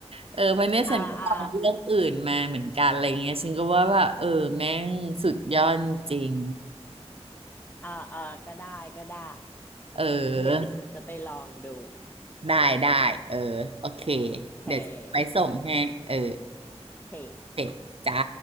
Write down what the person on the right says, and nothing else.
เออเพราะเนี่ยฉันก็ลองเรื่องอื่นมาเหมือนกันอะไรเงี้ยฉันก็ว่าว่าเออแม่งสุดยอดจริง
เออได้ได้เออโอเค
เดี๋ยวไปส่งให้เออ
เสร็จจ้า